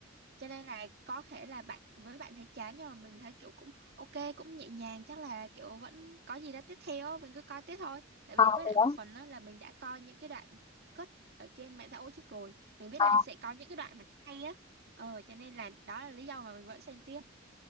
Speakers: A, on the right; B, on the left.
A: cho nên là có thể là bạn với bạn thấy chán nhưng mà mình thấy kiểu cũng ok cũng nhẹ nhàng chắc là kiểu vẫn có gì đó tiếp theo á, mình cứ coi tiếp thôi tại vì
B: À,
A: với
B: thế
A: lại
B: đó
A: một phần đó là mình đã coi những cái đoạn cut ở trên mạng xã hội trước rồi mình biết
B: À,
A: là sẽ có những cái đoạn mà hay á ờ cho nên là đó là lý do mà mình vẫn xem tiếp